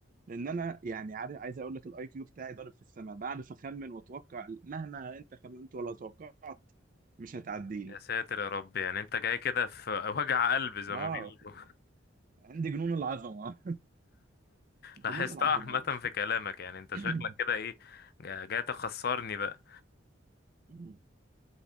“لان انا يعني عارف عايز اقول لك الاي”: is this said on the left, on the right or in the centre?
Right